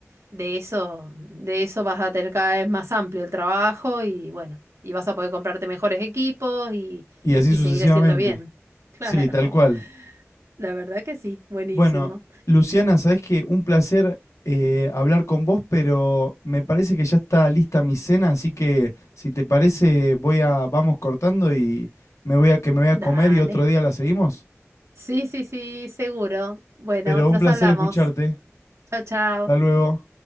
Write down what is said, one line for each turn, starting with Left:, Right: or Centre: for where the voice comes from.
Right: de eso, de eso vas a tener cada vez más amplio el trabajo y bueno, y vas a poder comprarte mejores equipos y,
Left: Y así
Right: y
Left: sucesivamente.
Right: seguir haciendo bien. Claro,
Left: Sí, tal cual.
Right: <laughs> la verdad que sí, buenísimo.
Left: Bueno, Luciana, sabes que un placer eh, hablar con vos, pero me parece que ya está lista mi cena, así que si te parece, voy a, vamos cortando y me voy a que me voy a
Right: Dale.
Left: comer y otro día la seguimos.
Right: Sí, sí, sí, seguro. Bueno,
Left: Pero
Right: nos
Left: un placer
Right: hablamos.
Left: escucharte.
Right: Chao, chao.
Left: Hasta luego.